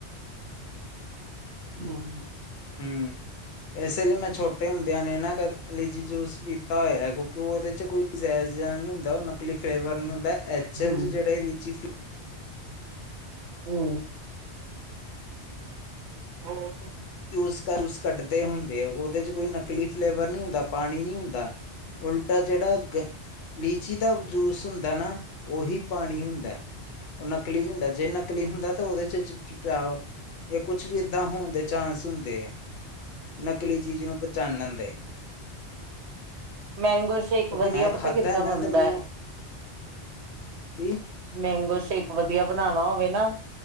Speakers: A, on the right; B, on the left.
A: ਹੂੰ
B: ਹੂੰ ਇਸੇ ਲਈ ਮੈਂ ਛੋਟੇ ਹੁੰਦਿਆਂ ਨੇ ਨਾ ਕਦੇ ਲਿਜੀ ਜੂਸ ਪੀਤਾ ਹੋਇਆ ਹੈ ਕਿਉਂਕਿ ਉਹ ਉਹਦੇ 'ਚ ਕੋਈ ਜ਼ਾਅਜ ਜਿਹਾ ਨਹੀਂ ਹੁੰਦਾ ਉਹ ਨਕਲੀ ਫਲੇਵਰ ਨੀ ਹੁੰਦਾ ਐਚਲ
A: ਹੂੰ,
B: 'ਚ ਜਿਹੜੇ ਲੀਚੀ
A: ਹੂੰ ਹੋਰ
B: ਉਸਕਾ ਜੂਸ ਕੱਢਦੇ ਹੁੰਦੇ ਉਹਦੇ 'ਚ ਕੋਈ ਨਕਲੀ ਫਲੇਵਰ ਨਹੀਂੀ ਹੁੰਦਾ ਪਾਣੀ ਨੀ ਹੁੰਦਾ। ਉਲਟਾ ਜਿਹੜਾ ਗ ਲੀਚੀ ਦਾ ਜੂਸ ਹੁੰਦਾ ਨਾ ਉਹੀ ਪਾਣੀ ਹੁੰਦਾ। ਉਹ ਨਕਲੀ ਨੀ ਹੁੰਦਾ ਜੇ ਨਕਲੀ ਹੁੰਦਾ ਤਾਂ ਉਹਦੇ 'ਚ ਚਿ ਚਿਪਚਾਓ ਜਾਂ ਕੁਛ ਵੀ ਏਦਾਂ ਹੋਣ ਦੇ ਚਾਂਸ ਹੁੰਦੇ ਹੈ ਨਕਲੀ ਚੀਜ਼ ਨੂੰ ਪਚਾਣਣ ਦੇ
A: ਮੈਂਗੋ ਸ਼ੇਕ
B: ਕਿਉਂਕਿ
A: ਵਧੀਆ
B: ਮੈਂ
A: ਪਤਾ
B: ਖਾਧਾ
A: ਕਿੱਦਾਂ
B: ਹੈ ਨਾ
A: ਬਣਦਾ
B: ਤੇ ਮੈਨੂੰ
A: ਹੈ?
B: ਕੀ
A: ਮੈਂਗੋ ਸ਼ੇਕ ਵਧੀਆ ਬਣਾਉਣਾ ਹੋਵੇ ਨਾ।